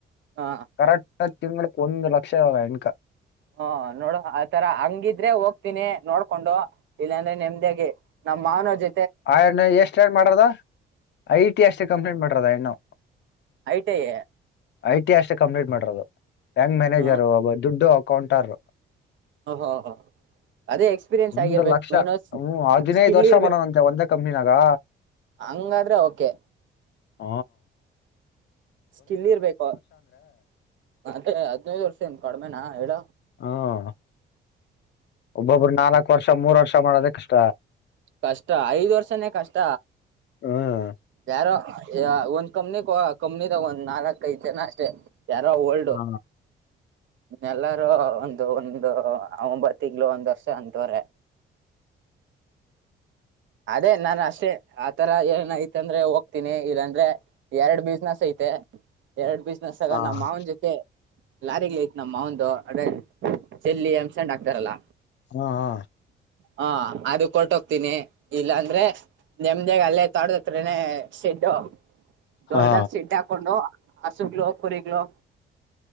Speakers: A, on the right; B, on the left.
A: ಹ
B: ಕರೆಕ್ ತಿಂಗಳು ಒಂದು ಲಕ್ಷ ಇಾಗ ಎನ್ಕ
A: ಹಾ ನೋಡ ಆತರ ಹಂಗಿದ್ರೆ ಹೋಗ್ತೀನಿ ನೋಡ್ಕೊಂಡು ಇಲ್ಲಾಂದ್ರೆ ನೆಮದಾಗಿ ಮಾನವಜ
B: ಆ ಎಷ್ಟ ಏನ್ ಮಾಡ್ರದ ಐ ಟಿ ಅಷ್ಟೇ ಕಂಪ್ಲೇಂಟ್ ಮಾಡದ ಇನ್ನು
A: ಆಯ್ತಯ
B: ಐ ಟಿ ಅಷ್ಟೇ ಕಂಪ್ಲೀಟ್ ಮಾಡರೋದು ಬ್ಯಾಂಕ್ ಮ್ಯಾನೇಜರ್
A: ಹ
B: ಒಬ್ಬ ದುಡ್ಡು ಅಕೌಂಟರ್
A: ಓಹೋ ಅದೇ ಎಕ್ಸ್ಪೀರಿಯನ್ಸ್
B: ಒಂದು್
A: ಆಗಿರ್ಬೇಕು
B: ಲಕ್ಷ
A: ಮೈನು
B: ಹ್ಮ್ ಹದಿನೈದು
A: ಸ್ಕಿಲ್
B: ವರ್ಷ
A: ಇರ್ಬೇಕು
B: ಮಾಡೋಣ ಒಂದ ಕಂಪ್ನಿಿನಾಗಾ
A: ಹಂಗಾದ್ರೆ ಓಕೆ
B: ಹ
A: ಸ್ಕಿಲ್ ಇರ್ಬೇಕು ಮತ್ತೆ ಹದಿನೈದು ವರ್ಷಿಂದ ಕಡಿಮೆನಾ ಹೇಳ
B: ಹ್ಮ ಒಬ್ಬೊಬ್ಬರು ನಾಲ್ಕ್ು ವರ್ಷ ಮೂರ್ ವರ್ಷ ಮಾಡೋದ ಕಷ್ಟ
A: ಕಷ್ಟ ಐದ್ ವರ್ಷನೇ ಕಷ್ಟ
B: ಹ್ಮ್
A: ಯಾರೋ ಒ ಕಮ್ಮನಿ ಕಮ್ಮನಿ ತಗೊಂಡ್ ನಾಕ ಕೈತೆೇನೆ ಅಷ್ಟೆ ಯಾರೋ ಲ್ಡು
B: ಹ
A: ಎಲ್ಲಾರೂ ಒಂದು ಒಂದು ಒಂಬತ್ ತಿಂಗಳ ಒಂದ್ ವರ್ಷ ಅಂತವ್ರ ಅದೇ ನಾನ ಅಷ್ಟೇ ಆತರ ಏನಐತ ಅಂದ್ರೆ ಹೋಗ್ತೀನಿ ಇಲ್ಲಾಂದ್ರೆ ಎರಡ್ ಬಿಸ್ನೆಸ್ ಐತಿ ಮ ಎರಡ್ ಬಿಸ್ನೆಸ್ ಸಗ
B: ಹ
A: ನಮ್ಮ ಮಾವನ ಜೊತೆ ಲಾರಿಗ್ಲೈತ್ ನಮ್ಮ ಒಂದು ಅದೇ ಚೆಲ್ಲಿ ಅಂಸಂಡ ಆಗ್ತಾರಲ್ಲ
B: ಹ್ಮ ಹಾ
A: ಹಾ ಅದು ಕೊಟ್ಟ ಹೋಗ್ತೀನಿ ಇಲ್ಲ ಅಂದ್ರೆ ನೆಮದಾಗ ಅಲ್ಲೇ ತೊಡದತ್ರನೆ ಶೆಡ್ಡು ದೊಡ್ಡ್ದಾಗ
B: ಹಾ
A: ಸಿೀಟ್ಟ ಹಾಕೊಂಡು ಹಸುಗ್ಗಳು ಕುರಿಗ್ಲು